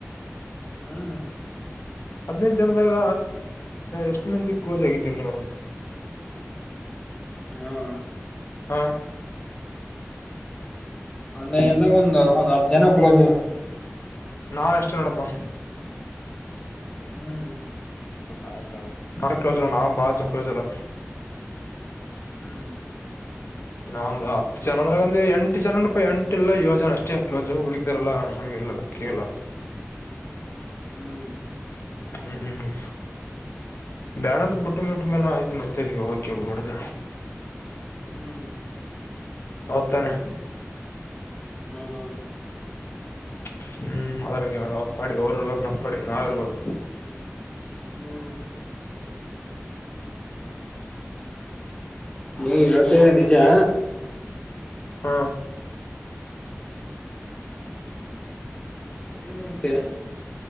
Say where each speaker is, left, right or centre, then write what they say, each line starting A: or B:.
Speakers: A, on the left; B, on the left.
A: ಹ್ಮ್
B: ಹದ್ನನೈದ ಜನದಾಗ ಎಷ್ಟು ಮಂದಿ ಕ್ಲೋಸ್ ಆಗಿದ್ದೀರಿ ನೀವು
A: <inaudible> ನಾವ
B: ಹಾ
A: ಒಂದ ಏನ್ ಒಂದ್ ಹತ್ತ ಜನ ಕ್ಲೋಸ್ ಇವಿ
B: ನಾನ್ ಎಷ್ಟು ನೋಡಪ್ಪಾ
A: ಹ್ಮ್
B: <unintelligible> ನಾವು ಕ್ಲೋಸ ನಾವು ಬಾಳ್ ಜನಕ್ಕ ಕ್ಲೋಸ್ ಇಲ್ಲ
A: ಹ್ಮ್
B: ನಾವೊಂದು ಹತ್ತು ಜನ ಅಂದ್ರ ಅಂದ ಎಂಟ್ ಜನಪ್ಪ ಎಂಟ ಇಲ್ಲ ಏಳು ಜನ ಅಷ್ಟೇ ಕ್ಲೋಸ್ ಉಲ್ಕಿದೊರಲ್ಲ ನಮ್ಗೆ ಇಲ್ಲಲೆ ಕೆಲ
A: ಹ್ಮ್
B: ಹ್ಮ್ ಹ್ಮ್ ಬೇಡಂತ ಬಟ್ಟು ಮಟ್ಟು ಮೇಲೆ ಆಯ್ತು ಮತ್ತೆರಿಗೆ ಹೋಗಕಿ ಹೋಗ್ಬಡ್ದ
A: ಹ್ಮ್
B: <inaudible> ಹೌದ ತಾನೆ
A: ಹೌದೌ ಹೌದ
B: <inaudible> ಹ್ಮ್ ಅವ್ರ ಏನಅದ ಅವ್ರ ಪಾಡಿಗೆ ಅವ್ರ ಇರಬೇಕ ನಮ್ಮ ಪಾಡಿಗೆ ನಾವ ಇರಬೇಕ
A: ಹ್ಮ್
B: <inaudible>
A: ನೀವ ಹೇಳತಾ ಇರೋದ ನಿಜಾ
B: ಹು
A: ಏನ್ ಉಣ್ಣತಿ